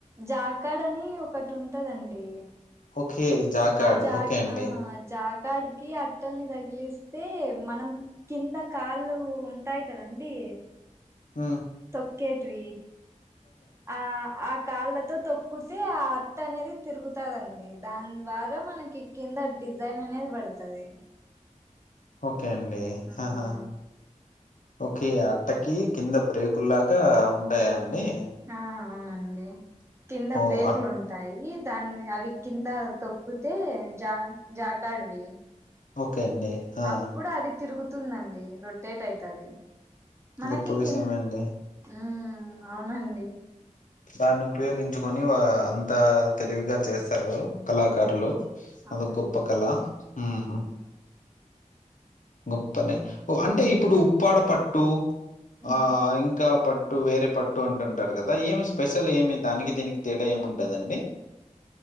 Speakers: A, on the right; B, on the left.
A: జాకాడ అని ఒకటి ఉంటదండి
B: ఓకే జాకార్డ్
A: ఆ జాక్
B: ఓకే అండి
A: ఆ జాక్ కాడికి అట్టల్ని తగిలిస్తే మనం కింద కాళ్ళు ఉంటాయి కదండి
B: ఊ
A: తొక్కేటివి ఆ ఆ కాళ్ళతో తొక్కుతే ఆ అట్ట అనేది తిరుగుతాది అండి దాని ద్వారా మనకి కింద డిజైన్ అనేది పడుతాది
B: ఓకే అండి
A: మ్మ్
B: హాహా ఓకే ఆ అట్టకి కింద బ్రేకుల్లాగా ఉంటాయా అండి
A: ఆ అవునండి కింద
B: ఓహ్!
A: బ్రేక్లు
B: అట్
A: ఉన్ టాయి దాని అవి కింద తొక్కుతే జా జాకాడ్ వి
B: ఓకే అండి ఆ!
A: అప్పుడు అది తిరుగుతుందండి రొటేట్ అయితాది మనకి
B: గొప్ప విషయమే
A: కిన్
B: అండి.
A: ఊ అవునండి
B: దాన్ని ఉపయోగించుకొని వా అంతా తెలివిగా చేస్తారు కళాకారులు
A: అవును అవునండి
B: అదొక గొప్ప కళ ఉమ్
A: మ్మ్
B: గొప్పనే ఓ అంటే ఇప్పుడు ఉప్పాడ పట్టు
A: మ్మ్
B: ఆ ఇంకా పట్టు వేరే పట్టు అంటుం టారు కదా ఏమి స్పెషల్ ఏమి దానికి దీనికి తేడా ఏముంటదండి